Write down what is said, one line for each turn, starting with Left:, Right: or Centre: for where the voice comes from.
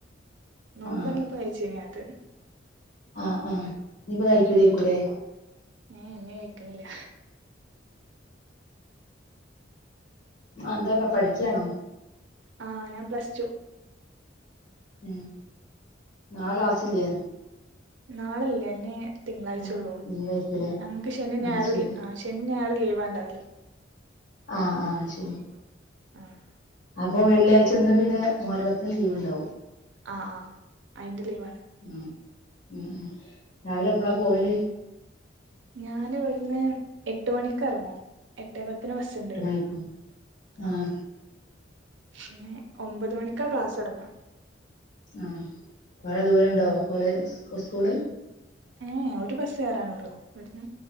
Right: നോമ്പർന്നപ്പോ
Left: ആഹ് ആഹ്
Right: കഴ്ച്ചീനി അത്‌
Left: ആഹ് ആഹ് ഇ നിപ്പ കഴിക്കൂലക്കൂല്ലേ
Right: ഏ എന്നെ കഴിക്കുന്നില്ല
Left: എന്താക്കാ പഠിക്കാണോ
Right: ആ ഞാൻ പ്ലസ് ടു
Left: ഉം ന ക്‌ളാസ്സല്ലേ
Right: നാളല്ലേന്നെ തിങ്കളാഴ്ചയള്ളൂ
Left: ആഹ് ലീവായിരിക്കൂല്ലേ
Right: ഓ ഞങ്ങൾക്ക് ശനി
Left: അത്
Right: ഞായ
Left: ശരി
Right: റും ആ ശനി ഞായ ലീവ്േണ്ട അതില്ലേ
Left: ആഹ ആഹ ശരി
Right: ആഹ്
Left: അപ്പൊ വെള്ളിയാഴ്ച ഇന്ന് പിന്നെ മുഹർളത്തിന് ലീവ ഉണ്ടാവും
Right: ആ ആ് അയിന്റെ ലീവാണ്
Left: ഉ ഉ ഉ രാവിലെ എപ്പഴാ പോവല്
Right: ഞൻ ഇവിടുന്ന് എട്ട് മണിക്ക് ഇറങ്ങും എട്ടേ പത്തിന് ബസ്സുണ്ട്
Left: എട്ട് മണിക്കോ ആഹ്
Right: ആഹ പിന്നെ ഒമ്പത് മണിക്കാ ക്ലാസ് തുടങ്ങ
Left: ആ കൊറെ ദൂര ഉണ്ടോ കോള സ്കൂള്
Right: ഏ ഒരു ബസ്സ് കയറാാനുള്ളൂ ഇവിടുന്ന്